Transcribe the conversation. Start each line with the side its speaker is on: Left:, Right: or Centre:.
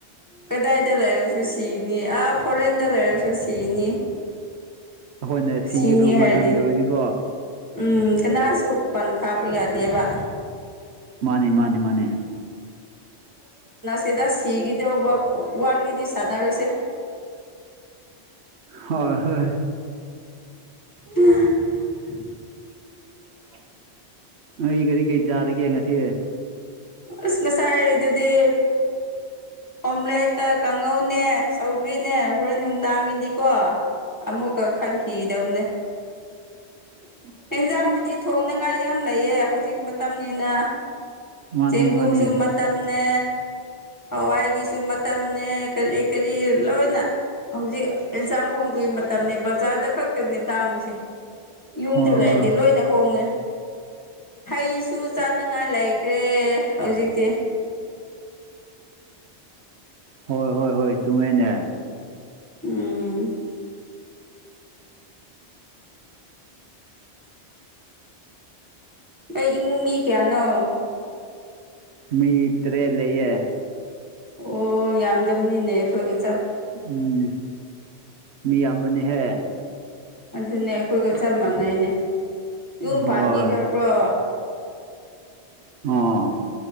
Left: ꯀꯗꯥꯏꯗ ꯂꯩꯔꯁꯨ ꯁꯤꯅꯤ ꯑ ꯐꯣꯔꯦꯟꯗ ꯂꯩꯔꯁꯨ ꯁꯤꯅꯤ
Right: ꯑꯩꯈꯣꯏꯅ ꯁꯤꯒꯗꯧꯕ
Left: ꯁꯤꯅꯤ ꯍꯥꯏꯔꯗꯤ
Right: ꯃꯇꯝ ꯌꯧꯔꯗꯤꯀꯣ
Left: ꯎꯝ ꯀꯅꯥꯁꯨ ꯄꯟꯈꯥꯕ ꯌꯥꯗꯦꯕ
Right: ꯃꯥꯅꯤ ꯃꯥꯅꯦ ꯃꯥꯅꯦ
Left: ꯁꯤꯗ ꯁꯤꯒꯤꯗ ꯋꯥꯜꯒꯤꯗꯤ ꯁꯥꯟꯅꯔꯣꯏꯁꯦ
Right: ꯍꯣꯏ ꯍꯣꯏ
Left: ꯎꯝ
Right: ꯑꯥ ꯑꯩ ꯀꯔꯤ ꯀꯔꯤ ꯆꯥꯔꯒꯦ ꯉꯁꯤ
Left: ꯑꯁ ꯉꯁꯥꯏ ꯍꯥꯏꯔꯤꯗꯨꯗꯤ ꯑꯣꯝꯂꯦꯠꯀ ꯀꯥꯡꯉꯧꯅꯦ ꯍꯈꯔꯤꯅꯦ ꯍꯣꯔꯦꯟ ꯅꯨꯡꯗꯥꯡꯒꯤꯗꯤꯀꯣ ꯑꯃꯨꯛꯀ ꯈꯟꯈꯤꯗꯧꯅꯦ
Right: ꯎꯝ
Left: ꯌꯦꯟꯖꯥꯡꯕꯨꯗꯤ ꯊꯣꯡꯅꯉꯥꯏ ꯌꯥꯝ ꯂꯩꯌꯦ ꯍꯧꯖꯤꯛ ꯃꯇꯝꯅꯤꯅ
Right: ꯃꯥꯅꯦ
Left: ꯆꯦꯡꯒꯨꯝꯁꯨ
Right: ꯃꯥꯅꯦ
Left: ꯃꯇꯝꯅꯤꯅꯦ ꯍꯋꯥꯏꯒꯤꯁꯨ ꯃꯇꯝꯅꯦ ꯀꯔꯤ ꯀꯔꯤ ꯂꯣꯏꯅ ꯍꯧꯖꯤꯛ ꯑꯦꯟꯁꯥꯡ ꯍꯣꯡꯕ ꯀ ꯃꯇꯝꯅꯤ ꯕꯖꯥꯔꯗ ꯈꯛꯇꯅꯦ ꯇꯥꯡꯕꯁꯦ ꯌꯨꯝꯗ
Right: ꯍꯣꯏ
Left: ꯂꯩꯔꯗꯤ
Right: ꯍꯣꯏ
Left: ꯂꯣꯏꯅ ꯍꯣꯡꯉꯦ ꯍꯩꯁꯨ ꯆꯥꯅꯉꯥꯏ ꯂꯩꯥꯏ ꯀꯦ ꯍꯧꯖꯤꯛꯇꯤ
Right: ꯍꯣꯏ ꯍꯣꯏ ꯍꯣꯏ ꯆꯨꯝꯃꯦꯅꯦ
Left: ꯎ ꯑꯩ ꯏꯃꯨꯡ ꯃꯤ ꯀꯌꯥꯅꯣ
Right: ꯃꯤꯠꯇꯔꯦ ꯂꯩꯦ
Left: ꯑꯣ ꯌꯥꯝꯗꯝꯅꯤꯅꯦꯦ ꯈꯣꯏꯒ
Right: ꯎꯝ ꯃꯤꯌꯥꯝꯕꯅꯤꯍꯦ
Left: ꯑꯗꯨꯅꯦ ꯑꯩꯈꯣꯏꯒ ꯆꯞ ꯃꯥꯟꯅꯩꯅꯦ ꯌꯨꯝ
Right: ꯍꯣꯏ
Left: ꯄꯥꯝꯕꯤꯈꯕ꯭ꯔꯣ
Right: ꯑ